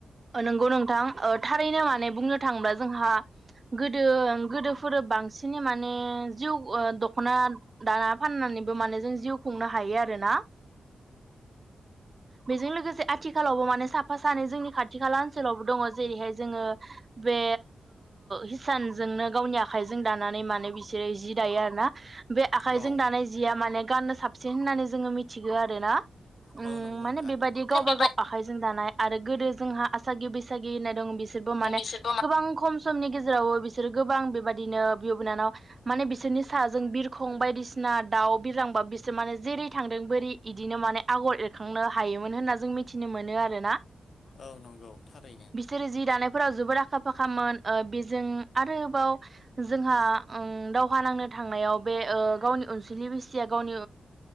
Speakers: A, on the right; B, on the left.
A: नंगौ नोंथां थारैनो माने बुंनो थाङोब्ला जोंहा गोदो गोदोफोर बांसिन माने जिउ ओ द दख'ना दाना फाननानैबो माने जों जिउ खुंनो हायो आरोना बेजों लोगोसे आथिखालावबो माने साफा सानै जोंनि खाथि खाथि खाला ओनसोलावबो दङ जेरैहाय जोङो बे हिसानजोंनो गावनि आखाइजों दानानै मानोे बिसोरो जि दायो आरोना बे आखाइजों
B: औ
A: दानाय जिया माने गाननो साब बसिन होननानै जोङो मिथिगौ आरोना। उम
B: औ नंगौ नोंथां
A: माने बेबायदि गावबा
B: बेबायदि
A: गाव आखाइजों दानाय आरो गोदो जोंहा आसागि बिसागि नायदं बि सोरबो माने
B: बिसोरबो मा
A: गोबां खम समनि गेजेरावबो बिसोरो गोबां बेबायदिनो बिब बिनानाव माने बिसोरनि साजों बिरखं बायदिसिना दाउ बिरलांबा बिसोर माने जेरै थांदों बोरै बिदिनो माने आगर एरखांनो हायोमोन होनना जों मिथिनो मोनो आरोना
B: औ नंगौ थारैनो
A: बिसोरो जि दानायफोराव जोबोद आखा फाखामोन बेजों आरोबाव जोंहा दावहा नांनो थांनायाव बे गावनि अनसुलि बिसिया गावनि